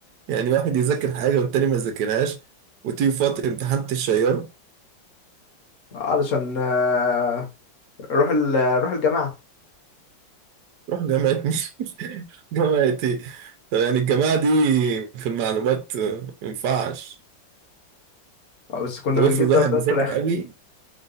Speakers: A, on the right; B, on the left.
A: يعني واحد يذاكر حاجة والتاني ما يذاكرهاش وتيجي في وقت الامتحان تشيره
B: علشان آه، نروح ال- نروح الجماعة
A: روح جامعة مين <laughs> جامعة ايه طب يعني الجماعة دي في المعلومات آه، ما ينفعش
B: آه، بس كنا
A: طب
B: بنجيب
A: افرض
B: درجات
A: واحد مذاكر
B: في الآخر
A: قوي